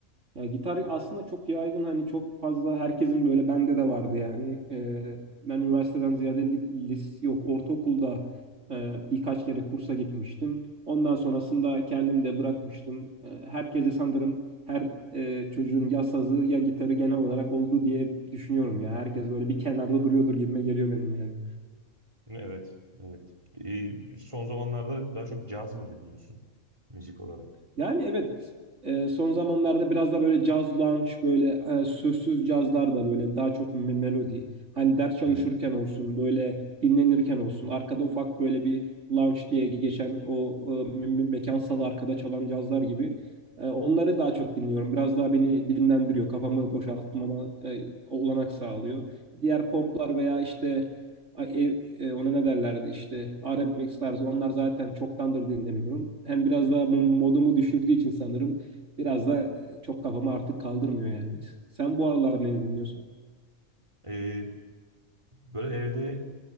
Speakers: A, on the right; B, on the right.
A: ya gitar aslında çok yaygın hani çok fazla herkesin böyle bende de vardı yani. Ee, ben üniversiteden ziyade li- lis yok ortaokulda e, birkaç kere kursa gitmiştim. Ondan sonrasında kendim de bırakmıştım. Ee, herkese sanırım her e, çocuğun ya sazı ya gitarı genel olarak oldu diye düşünüyorum ya. Herkes böyle bir kenarda duruyordur gibime geliyor benim yani.
B: Evet, evet. Ee, son zamanlarda daha çok caz mı dinliyorsun müzik olarak?
A: Yani evet e, son zamanlarda biraz da böyle caz lounge böyle e, sözsüz cazlar da böyle daha çok me- melodi. Hani ders çalışırken
B: Hı hı.
A: olsun böyle dinlenirken olsun arkada ufak böyle bir lounge diye geçen o e, me- me- mekansal arkada çalan cazlar gibi. E, onları daha çok dinliyorum. Biraz daha beni dinlendiriyor kafamı boşaltmama e, olanak sağlıyor. Diğer poplar veya işte e, e, ona ne derlerdi işte arabesk tarzı onlar zaten çoktandır dinlemiyorum. Hem biraz da mo- modumu düşürdüğü için sanırım biraz da e, çok kafamı artık kaldırmıyor yani. Sen bu aralar ne dinliyorsun?
B: Ee, böyle evde